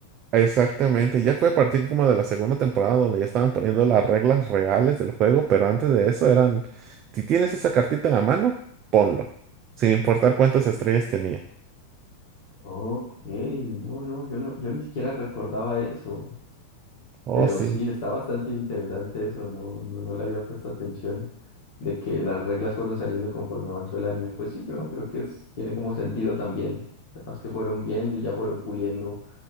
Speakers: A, on the right; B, on the left.
A: Exactamente, ya fue a partir como de la segunda temporada donde ya estaban poniendo las reglas reales del juego, pero antes de eso eran, si tienes esa cartita en la mano, ponlo, sin importar cuántas estrellas tenía.
B: Ok, no, no, yo no, yo ni siquiera recordaba eso,
A: Oh,
B: pero
A: sí.
B: sí, está bastante interesante eso, no, no, no le había puesto atención de que las reglas fueron saliendo conforme avanzó el anime. Pues sí, creo, creo que es, tiene como sentido también, además que fueron viendo y ya fueron puliendo